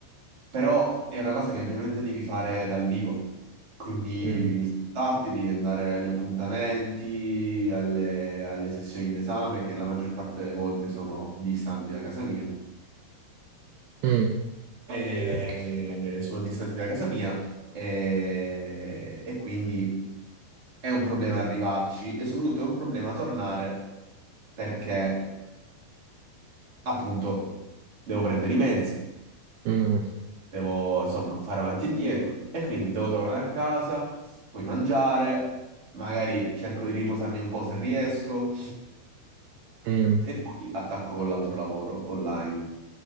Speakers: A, on the right; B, on the right.
A: Però è una cosa che ovviamente devi fare dal vivo, quindi
B: dimmi.
A: devi
B: Mm.
A: spostarti, devi andare agli appuntamenti, alle, alle sessioni d'esame, che la maggior parte delle volte sono distanti da casa mia.
B: Mm,
A: E-
B: Ok.
A: sono distanti da casa mia e, e quindi è un problema arrivarci e soprattutto è un problema tornare perché appunto devo prendere i mezzi.
B: mm,
A: devo insomma fare avanti e indietro e quindi devo tornare a casa, poi mangiare, magari cerco di riposarmi un po' se riesco
B: mm,
A: e poi attacco con l'altro lavoro online.